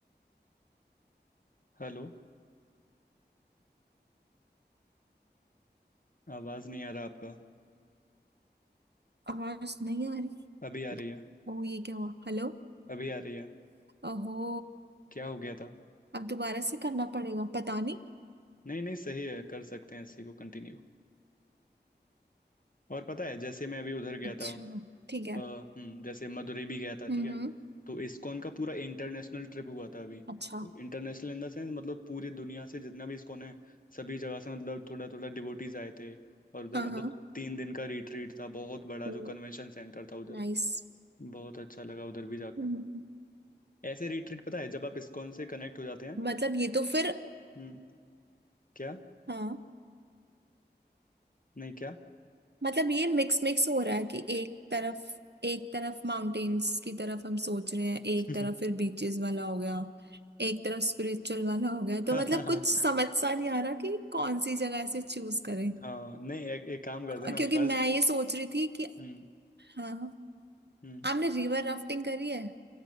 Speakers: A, on the left (about 50°); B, on the right (about 70°).
A: हेलो आवाज नहीं आ रहा आपका
B: आवाज नहीं आ रही
A: अभी आ रही है
B: ओ ये क्या हुआ हेलो
A: अभी आ रही है
B: ओहो
A: क्या हो गया था
B: अब दोबारा से करना पड़ेगा पता नहीं
A: नहीं नहीं सही है कर सकते हैं इसी को कंटिन्यू और पता है जैसे मैं अभी उधर गया
B: अच्छा
A: था
B: ठीक है
A: अ, हम्म, जैसे मदुरई भी गया था ठीक
B: हम्म
A: है
B: हम्म
A: तो इस्कॉन का पूरा इंटरनेशनल ट्रिप हुआ था अभी
B: अच्छा
A: इंटरनेशनल इन द सेंस मतलब पूरी दुनिया से जितना भी इस्कॉन है सभी जगह से मतलब थोड़ा थोड़ा डिवोटीज आए थे और उधर
B: हाँ
A: मतलब
B: हाँ
A: तीन दिन का रिट्रीट था बहुत बड़ा
B: ओ
A: जो कन्वेंशन सेंटर था उधर
B: नाइस
A: बहुत अच्छा लगा उधर भी जाकर
B: हम्म,
A: ऐसे रिट्रीट पता है जब आप इस्कॉन से कनेक्ट हो जाते हैं
B: मतलब ये तो फिर
A: हम्म क्या
B: हाँ
A: नहीं क्या
B: मतलब ये मिक्स मिक्स हो रहा है कि एक तरफ एक तरफ माउंटेन्स की तरफ हम सोच रहे हैं एक
A: <laughs>
B: तरफ फिर बीचेस वाला हो गया एक तरफ स्पिरिचुअल वाला हो गया तो
A: हाँ
B: मतलब
A: हाँ
B: कुछ समझ सा नहीं आ रहा कि कौन सी जगह से चूज करें
A: हाँ, नहीं एक, एक काम कर
B: अ,
A: देना
B: क्योंकि
A: फर्स्ट
B: मैं ये सोच रही थी कि
A: हम्म
B: हाँ हाँ।
A: हम्म
B: आपने रिवर राफ्टिंग करी है